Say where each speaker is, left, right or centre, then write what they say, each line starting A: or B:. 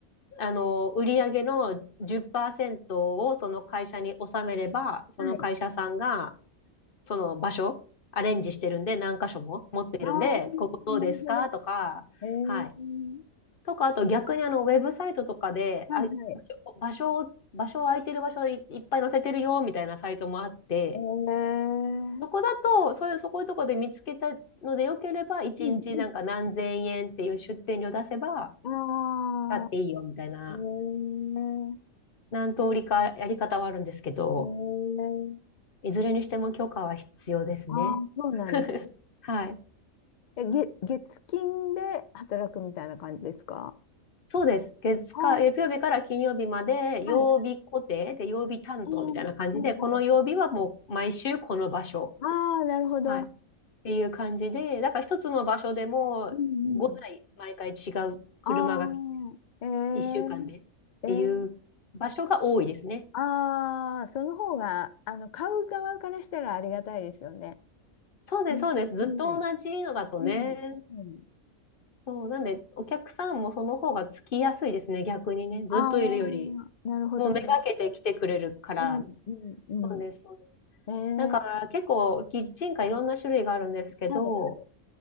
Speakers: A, on the left (about 45°); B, on the left (about 85°).
A: あの、売上の10%をその会社に納めれば、その会社さんが、
B: はい。
A: その場所、アレンジしてるんで、何箇所も持ってるんで、
B: あーなるほど。
A: ここどうですかとか、
B: えー、
A: はい。とか、あと逆にあの、ウェブサイトとかで、
B: はいはい。
A: あ、場所を、場所を空いてる場所い、いっぱい載せてるよ、みたいなサイトもあって、
B: えー、
A: そこだと、そういう、そこいうとこで見つけたのでよければ、1日なんか何千円っていう出店料出せば、
B: うんうん。あー
A: だっていいよ、みたいな、
B: えー、
A: 何通りかやり方はあるんですけど、
B: えー、
A: いずれにしても許可は必要ですね。
B: あーそうなんだ。
A: <laughs> はい。
B: え、えげ、月金で働くみたいな感じですか
A: そうです。月か、
B: ああー、
A: 月曜日から金曜日まで、
B: はい
A: 曜日固定で、曜日担当みたいな感じで、
B: うん、はいはいはい。
A: この曜日はもう毎週この場所。
B: ああ、なるほど。
A: はい。っていう感じで、だから一つの場所でも5台毎回違う車が
B: うんうん。ああ、ええ、
A: 1週間でっていう場所が多いですね。
B: ええ、ああ、その方が、あの、買う側からしたらありがたいですよね。
A: そうです、
B: うん、
A: そうです。ずっと同じのだとね。
B: うん、うん。うん
A: そう、なんでお客さんもその方がつきやすいですね、逆にね。ずっといるより。
B: ああ、なるほど、
A: もうめがけて来てくれるから、
B: なるほどうん、うんうん。
A: そうです、そうです。
B: ええ、
A: だから結構キッチンカーいろんな種類があるんですけど、
B: はい、は